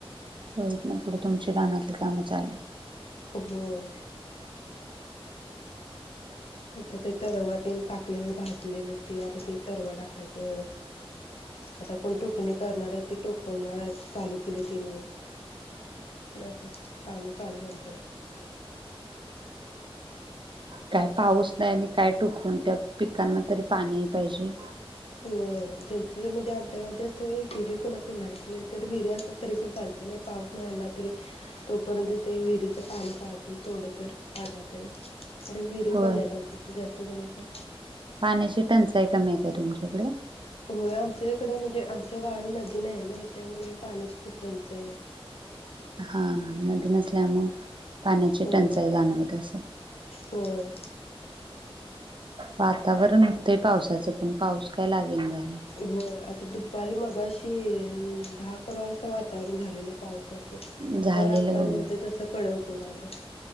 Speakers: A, on the right; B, on the left.
A: होय इथणं पुढ तुमची रानातली कामं चालू
B: होय आता ते तरवा तने टाकलेलं भाजलेलं ते आता ते तरवा टाकायचं, आता कोण टोकणी करणार आहय ते टोकणार हाय चालू केले तिन अस काम चालू आमच्याडे
A: काय पाऊस नाही आणि काय टोकून त्या पिकांना तरी पाणी पाहिजे.
B: होय ज्यांच म्हणजे आमच्या गावात जास्त विहिरी कुणाचे नाहीत नाही तर विहिरी असल्या तरी पण चालते नाही पाऊस नाही आला तरी तोपर्यंत ते विहिरीच पाणी पाजून थोड तर आधार त्याला अरे विहिरी
A: होय
B: पण नाहीत आमच्या इथे तर इथ कुणाच्या
A: पाण्याची टंचाई कमी आहे काय तुमच्याकड
B: होय आमच्या इकडं म्हणजे आ आमच्या गावाला नदी नाहय नाई त्यामुळे पाण्याची खूप टंचाई आहे.
A: हा नदि नसल्यामुळ पाण्याची
B: होय
A: टंचाई जाणवत असल
B: होय.
A: वातावरण होतंय पावसाचं पण पाऊस काय लागेना झा
B: होय आता दु दुपारी मगाशी दहा -अकरा वाजता वातावरण झालेलं पावसाच तवर
A: झालेलं
B: आता
A: होय
B: आणि होते तस कळ ऊन आलं.